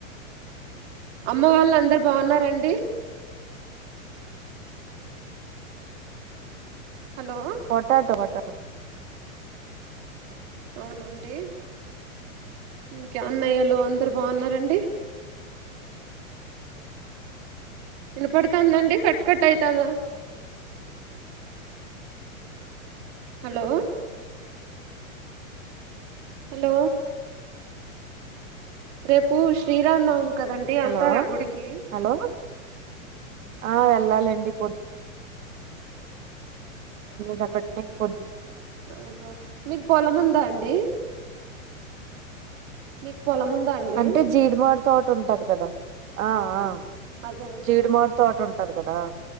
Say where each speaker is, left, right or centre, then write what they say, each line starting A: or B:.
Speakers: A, on the right; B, on the right.
A: అమ్మ వాలందరు బాగున్నారండి హలో
B: పొటటో పొటటో
A: అవునండి ఇంకా అన్నయ్యలు అందరు బాగున్నారండి వినపడుతాందండి కట్కట్వుతాంద హలో హలో రేపు శ్రీరామనవమి కదండి వెళ్తారా
B: హలో
A: గుడికి
B: హలో ఆ వెళ్ళాలండి పొద్ జబడ్ <inaudible>
A: హ్మ్మ్ మీకు పొలం ఉందా అండి మీకు పొలం ఉందా అండి
B: అంటే జీడిమడి తోట ఉంటది కదా ఆ ఆ
A: అదేనండి
B: జీడిమాడి తోట ఉంటు టారు కదా